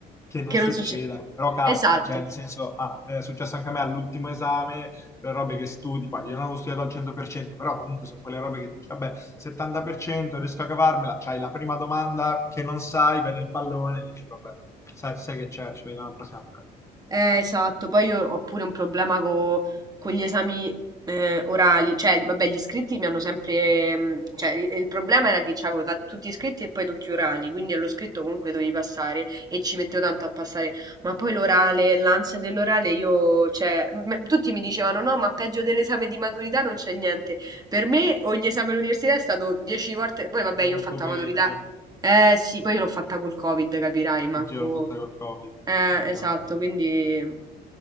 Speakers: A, on the left; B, on the right.
A: che non
B: che
A: succeda,
B: non succedono.
A: però capita,
B: Esatto.
A: cioè nel senso, ah, è successo anche a me all'ultimo esame, quelle robe che studi, poi io non avevo studiato al 100%, però comunque sono quelle robe che dici, vabbè, 70% riesco a cavarmela, c'hai la prima domanda che non sai, viene il pallone, dici, vabbè, sai, sai che c'è, ci vediamo al prossimo appello.
B: Eh, esatto, poi io ho pure un problema co- con gli esami eh, orali, cioè vabbè gli iscritti mi hanno sempre, mm, cioè il, il problema era che c'avevo ta- tutti iscritti e poi tutti orali, quindi allo scritto comunque dovevi passare e ci mettevo tanto a passare, ma poi l'orale, l'ansia dell'orale io, cioè m- tutti mi dicevano no ma peggio dell'esame di maturità non c'è niente, per me ogni esame all'università è stato dieci volte, poi vabbè
A: Molto
B: io ho fatto
A: peggio,
B: la maturità, eh sì, poi l'ho fatta col Covid, capirai, manco...
A: anch'io l'ho fatta col Covid,
B: Eh,
A: anch'io
B: esatto,
A: l'ho fatta.
B: quindi